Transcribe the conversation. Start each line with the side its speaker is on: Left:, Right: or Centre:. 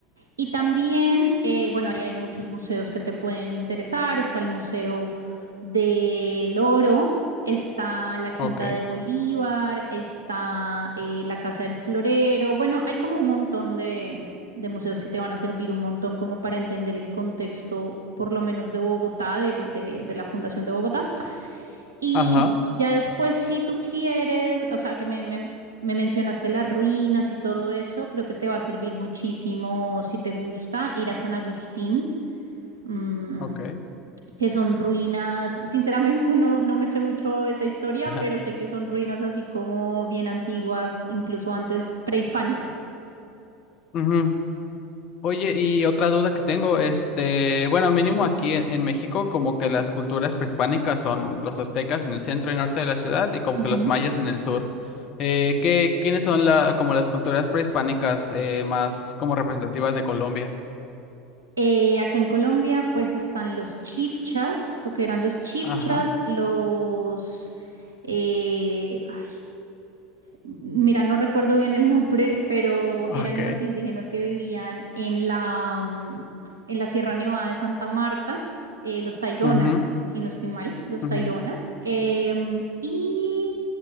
Right: Y también, eh, bueno, ahí hay muchos museos que te pueden interesar. Está el Museo del Oro, está la Quinta
Left: ok,
Right: de Bolívar, está eh, la Casa del Florero. Bueno, hay como un montón de, de museos que te van a servir un montón como para entender el contexto, por lo menos de Bogotá, del- de de la Fundación de Bogotá. Y
Left: ajá,
Right: ya después, si tú quieres, o sea, que me, me- me mencionaste las ruinas y todo eso, creo que te va a servir muchísimo, si te gusta, ir a San Agustín, mm,
Left: ok.
Right: que son ruinas, sinceramente <laughs> no, no me sé mucho esa historia,
Left: <laughs>
Right: pero sé que son ruinas así como bien antiguas, incluso antes prehispánicas.
Left: Ajá. Oye, y otra duda que tengo, este, bueno, mínimo aquí en, en México, como que las culturas prehispánicas son los aztecas en el centro y norte de la ciudad y como
Right: Ujú.
Left: que los mayas en el sur. Eh, ¿qué, quiénes son la, como las culturas prehispánicas eh, más como representativas de Colombia?
Right: Eh, acá en Colombia, pues están los chipchas, lo que eran los chipchas,
Left: Ajá,
Right: los... eh, ay, Mira, no recuerdo bien el <laughs> nombre, pero
Left: ok.
Right: eran unos indígenas que vivían en la, mm, en la Sierra Nevada de Santa Marta, eh, los Taironas,
Left: Ujú,
Right: si no estoy mal, los
Left: ujú.
Right: Taironas. Em, y,